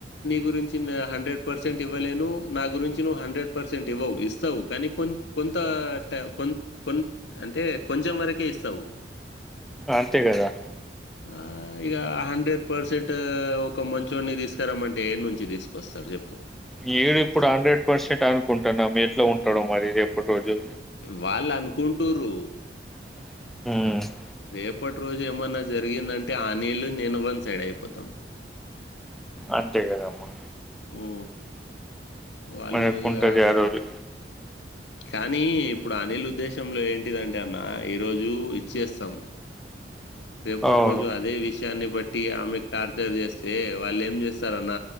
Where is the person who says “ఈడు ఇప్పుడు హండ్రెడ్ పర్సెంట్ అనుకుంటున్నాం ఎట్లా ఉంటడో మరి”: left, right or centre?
Centre